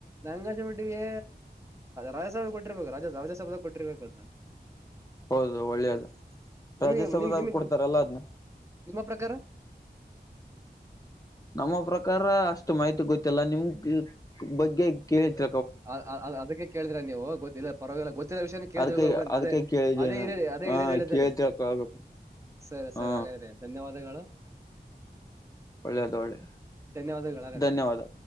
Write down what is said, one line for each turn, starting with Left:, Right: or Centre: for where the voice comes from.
Right: ನಂಗಾಜಮಟ್ಟಿಗೆ ರಾಜ್ಯಸಭ ಕೊಟ್ಟಿರ್ಬೇಕು ರಾಜ ರಾಜ್ಯಸಭ ಕೊಟ್ಟಿರ್ಬೇಕದ
Left: ಹೌದು ಒಳ್ಳೇದು ರಾಜ್ಯಸಭದಾಗ
Right: ನಿಮ್ಗೆ ನಿಮ್ ನಿಮ್
Left: ಕೊಡ್ತಾರಲ್ಲ ಅದ್ನ್ನ
Right: ನಿಮ್ಮ ಪ್ರಕಾರ
Left: ನಮ್ಮ ಪ್ರಕಾರ ಅಷ್ಟು ಮಾಹಿತಿ ಗೊತ್ತಿಲ್ಲ ನಿಮ್ಗೆ ಬಗ್ಗೆ ಕೇಳ್ತ
Right: ಅ ಅದಕ್ಕೆ ಕೇಳಿದಿರಾ ನೀವು ಗೊತ್ತ ಪರವಾಗಿಲ್ಲ ಗೊತ್ತ ವಿಷಯ ಕೇಳ್ತಿಳ್ಕ
Left: ಅದಕ
Right: ಹೋಗಂತ
Left: ಅದಕ್ಕೆ
Right: ಅದೇ
Left: ಕೇಳಿದ್ದೇನೆ
Right: ಅದೇ ರಿಯ ಅ ದೇ
Left: ಹ
Right: ಏರಿಯಲ್ಲಿ ಹೇಳಿದ್ದಾರೆ
Left: ಕೇಳಿ ತಿಳ್ಕೊಬೇಕು
Right: ಸರಿ
Left: ಹಾ
Right: ಸರಿ ಹಾಗ್ರೆ ಧನ್ಯವಾದಗಳು
Left: ಒಳ್ಳೆದು ಒಳ್ಳೆ
Right: ಧನ್ಯವಾದಗಳು ಹಾಗಾದ್ರೆ
Left: ಧನ್ಯವಾದ